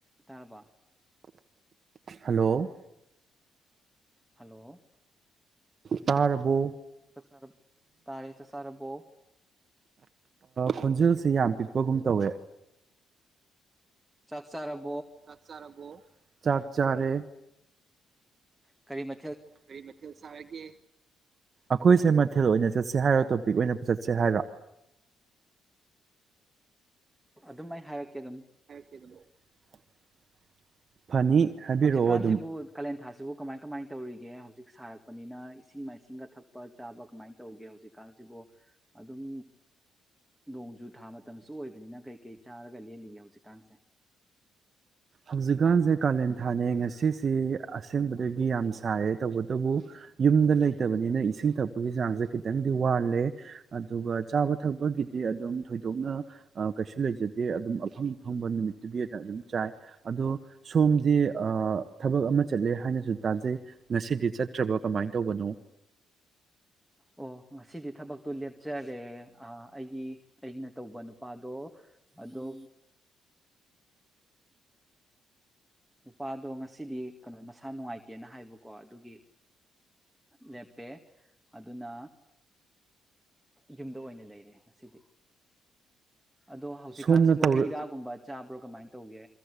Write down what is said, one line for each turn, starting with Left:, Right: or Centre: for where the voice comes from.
Centre: ꯇꯥꯔꯕꯥ
Right: hello
Centre: hello
Right: ꯇꯥꯔꯕꯣ
Centre: ꯁꯛꯁꯔ ꯇꯥꯔ ꯆꯛꯁꯥꯔꯕꯣ
Right: ꯈꯣꯟꯖꯦꯜꯁꯤ ꯌꯥꯝ ꯄꯤꯛꯄꯒꯨꯝ ꯇꯧꯋꯦ
Centre: ꯁꯛꯁ ꯑꯔꯔꯕ
Right: ꯆꯠꯁꯥꯔ ꯆꯥꯛ ꯆꯥꯔꯦ
Centre: ꯀꯔꯤ ꯃ
Right: ꯀꯔꯤ ꯃꯊꯦꯜ ꯆꯥꯔꯒꯦ ꯑꯩꯈꯣꯏꯁꯦ ꯃꯊꯦꯜ ꯑꯣꯏꯅ ꯆꯠꯁꯦ ꯍꯥꯏꯔꯣ ꯇꯣꯄꯤꯛ ꯑꯣꯏꯅ ꯆꯠꯁꯦ ꯍꯥꯏꯔꯣ
Centre: ꯑꯗꯨꯝ ꯑꯩ ꯍꯥꯏꯔꯛꯀꯦ ꯑꯗꯨꯝ
Right: <inaudible> ꯍꯥꯏꯕꯤꯔꯛꯑꯣ
Centre: ꯍꯧꯖꯤꯛꯀꯥꯟꯁꯤꯕꯨ
Right: ꯑꯗꯨꯝ
Centre: ꯀꯥꯂꯦꯟꯊꯥꯁꯤꯕꯨ ꯀꯃꯥꯏ ꯀꯃꯥꯏꯅ ꯇꯧꯔꯤꯒꯦ ꯍꯧꯖꯤꯛ ꯁꯥꯔꯛꯄꯅꯤꯅ ꯏꯁꯤꯡ ꯃꯥꯏꯁꯤꯡꯒ ꯊꯛꯄ ꯆꯥꯕ ꯀꯃꯥꯏꯅ ꯇꯧꯒꯦ ꯍꯧꯖꯤꯛꯀꯥꯟꯁꯤꯕꯨ ꯑꯗꯨꯝ ꯅꯣꯡꯖꯨ ꯊꯥ ꯃꯇꯝꯁꯨ ꯑꯣꯏꯕꯅꯤꯅ ꯀꯩ ꯀꯩ ꯆꯥꯔꯒ ꯂꯦꯜꯂꯤꯒꯦ ꯍꯧꯖꯤꯛ ꯀꯥꯟꯁꯦ
Right: ꯍꯧꯖꯤꯛꯀꯥꯟꯁꯦ ꯀꯥꯂꯦꯟ ꯊꯥꯅꯦ ꯉꯁꯤꯁꯤ ꯑꯁꯦꯡꯕꯗꯒꯤ ꯌꯥꯝ ꯁꯥꯏꯌꯦ ꯇꯧꯕꯇꯕꯨ ꯌꯨꯝꯗ ꯂꯩꯇꯕꯅꯤꯅ ꯏꯁꯤꯡ ꯊꯛꯄꯒꯤ ꯆꯥꯡꯁꯦ ꯈꯤꯇꯪꯗꯤ ꯋꯥꯠꯂꯦ ꯑꯗꯨꯒ ꯆꯥꯕ ꯊꯛꯄꯒꯤꯗꯤ ꯑꯗꯨꯝ ꯊꯣꯏꯗꯣꯛꯅ ꯀꯩꯁꯨ ꯂꯩꯖꯗꯦ ꯑꯗꯨꯝ ꯑꯐꯪ ꯑꯐꯪꯕ ꯅꯨꯃꯤꯠꯇꯨꯒꯤꯅ ꯑꯗꯨꯝ ꯆꯥꯏ ꯑꯗꯣ ꯁꯣꯝꯗꯤ ꯊꯕꯛ ꯑꯃ ꯆꯠꯂꯦ ꯍꯥꯏꯅꯁꯨ ꯇꯥꯖꯩ ꯉꯁꯤꯗꯤ ꯆꯠꯇ꯭ꯔꯕ ꯀꯃꯥꯏꯅ ꯇꯧꯕꯅꯣ
Centre: ꯑꯣ ꯉꯁꯤꯗꯤ ꯊꯕꯛꯇꯣ ꯂꯦꯞꯆꯔꯦ ꯑꯩꯒꯤ ꯑꯩꯅ ꯇꯧꯕ ꯅꯨꯄꯥꯗꯣ ꯑꯗꯣ ꯄꯥꯥꯗꯣ ꯉ ꯉꯗꯤ ꯀꯩꯅꯣ ꯃꯁꯥ ꯅꯨꯡꯉꯥꯏꯇꯦꯅ ꯍꯥꯏꯕꯀꯣ ꯑꯗꯨꯒꯤ ꯂꯦꯞꯄꯦ ꯑꯗꯨꯅ ꯌꯨꯝꯗ ꯑꯣꯏꯅ ꯂꯩꯔꯦ ꯉꯁꯤꯗꯤ ꯑꯗꯣ ꯍꯧꯖꯤꯛꯀꯥꯟꯁꯤꯕꯨ
Right: ꯁꯣꯝꯅ ꯇꯧꯔ
Centre: ꯍꯩ ꯔꯥꯒꯨꯝꯕ ꯆꯥꯕ꯭ꯔꯣ ꯀꯃꯥꯏꯅ ꯇꯧꯒꯦ